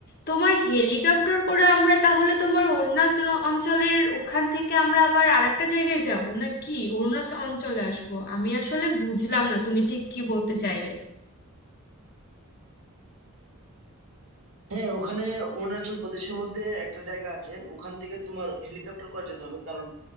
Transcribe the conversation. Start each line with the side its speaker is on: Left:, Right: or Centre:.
Left: তোমার হেলিকপ্টার করে আমরা তাহলে তোমার অরুণাচল অঞ্চলের ওখান থেকে আমরা আবার আরেকটা জায়গায় যাব না কি অরুণাচল অঞ্চলে আসবো আমি আসলে বুঝলাম না তুমি ঠিক কি বলতে চাইলে
Right: হ্যাঁ ওখানে অরুণাচল প্রদেশের মধ্যে একটা জায়গা আছে ওখান থেকে তোমার হেলিকপ্টার করে যেতে হবে কারণ